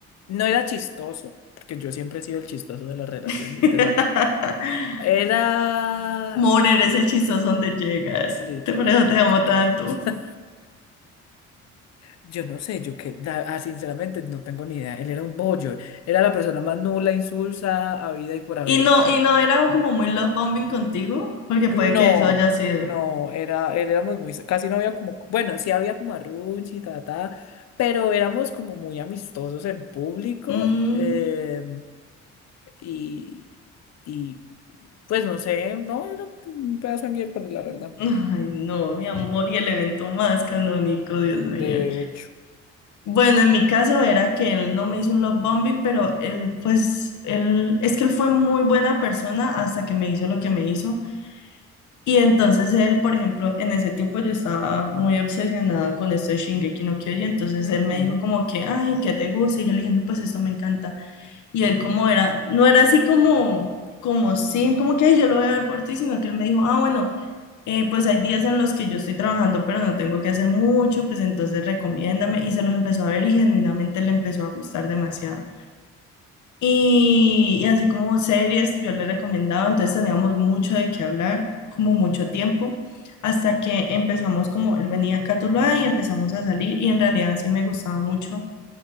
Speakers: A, on the left; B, on the left.
A: No era chistoso, porque yo siempre he sido el chistoso de las relaciones
B: <laughs>
A: de esa... Era...
B: Morer es el chistoso donde llegas.
A: Literalmente.
B: Te por eso te amo tanto.
A: <laughs> Yo no sé, yo que... la- ah, sinceramente, no tengo ni idea. Él era un bollo. Era la persona más nula, insulsa, habida y por haber.
B: Y no, y no era como muy love bombing contigo, porque
A: No,
B: puede que eso haya sido.
A: no, era, éramos muy, casi no había como, bueno, sí había como arruchi, ta, ta, pero éramos como muy amistosos en público
B: Mm.
A: eh, y, y pues no sé, no, era un pedazo de miércoles, la verdad,
B: Ay, no, mi amor, y el evento más canónico, Dios mío.
A: de hecho.
B: Bueno, en mi caso era que él no me hizo un love bombing, pero él, pues, él, es que él fue muy buena persona hasta que me hizo lo que me hizo. Y entonces él, por ejemplo, en ese tiempo yo estaba muy obsesionada con esto de Shingeki no Kyojin, entonces
A: Ujú.
B: él me dijo como que, ay, ¿qué te gusta? Y yo le dije, no, pues esto me encanta. Y él como era, no era así como, como sí, como que, ay, yo lo voy a ver por ti, sino que él me dijo, ah, bueno eh, pues hay días en los que yo estoy trabajando, pero no tengo que hacer mucho, pues entonces recomiéndame. Y se los empezó a ver y genuinamente le empezó a gustar demasiado. Y, y así como series, yo le recomendaba, entonces teníamos mucho de qué hablar, como mucho tiempo, hasta que empezamos como, él venía a Catulá y empezamos a salir y en realidad sí me gustaba mucho